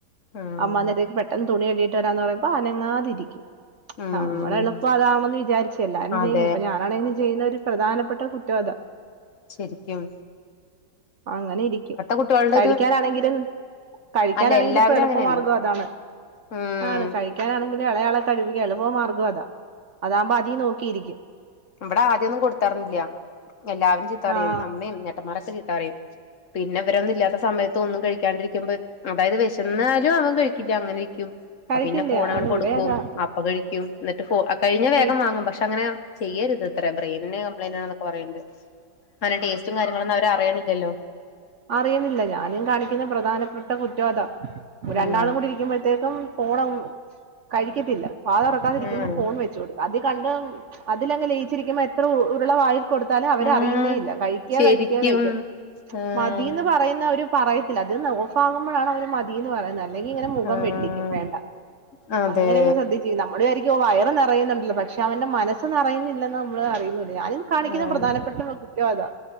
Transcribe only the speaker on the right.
അമ്മ അത് വരേയ്ക്കും പെട്ടെന്ന് തുണി കഴുകിട്ട് വരാന്ന് പറയുമ്പോ അനങ്ങാതിരിക്കും
ആ അമ്മളെ എളുപ്പം അതാണെന്ന് വിജാരിച്ച് എല്ലാരും
ചെയ്യ്ണ്. അപ്പൊ ഞാനാണെനും ചെയ്യുന്ന ഒരു പ്രധാനപ്പെട്ട കുറ്റമതാ.
അങ്ങനെ ഇരിക്കും
കഴിക്കാനാണെങ്കിലും.
കഴിക്കാനാണെങ്കിലും
ഇപ്പം എളുപ്പമാർഗം
അതാണ്.
ആണ് കഴിക്കാനാണെങ്കിലും ഇളയാളെ കഴിപ്പിക്കാ എളുപ്പം മാർഗ്ഗം അതാ അതാവുമ്പോ അതി നോക്കിയിരിക്കും.
ആ
കഴിക്കില്ല
ആണ്
ഇവിടെ അതാ
കഴിക്കും
അറിയിന്നില്ല ഞാനും കാണിക്ക്ന്ന പ്രധാനപ്പെട്ട കുറ്റാതാ
രണ്ടാളും കൂടി ഇരിക്കുമ്പഴത്തേക്കും ഫോണം കഴിക്കത്തില്ല വാതൊറക്കാതിരിക്കുന്നു
ഫോൺ വെച്ചൊട് അതി കണ്ട് അതിലങ്ങ് ലയിച്ചിരിക്കുമ്പോ എത്ര ഉ ഉരുള വായിൽ കൊട്ത്താലും അവരറിയ്ന്നേയില്ല.
കഴിക്ക
കഴിക്ക കഴിക്ക
മതീന്ന് പറയുന്ന ഒരു പറയത്തില്ല അത് ന്ന് ഓഫാകുമ്പളാണ് അവര് മ തീന്ന് പറയുന്നെ അല്ലെങ്കി ങ്ങനെ മുഖം
വെട്ടിക്കും വേണ്ട
അങ്ങനങ്ങ് ശ്രദ്ധി ച്ച് നമ്മള് വിചാരിക്കും ഓ വയറ് നെറയുന്നുണ്ടല്ലോ പക്ഷെ അവന്റെ മനസ്സ് നെറയുന്നില്ലെന്ന് നമ്മള് അറിയുന്നി ഞാനിന്ന് കാണിക്ക്ന്ന
പ്രധാനപ്പെട്ട കുറ്റതാ.